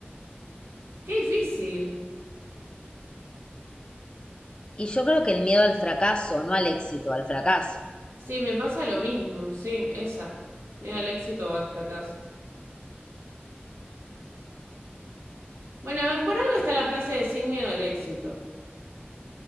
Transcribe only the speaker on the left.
Y yo creo que el miedo al fracaso, no al éxito, al fracaso.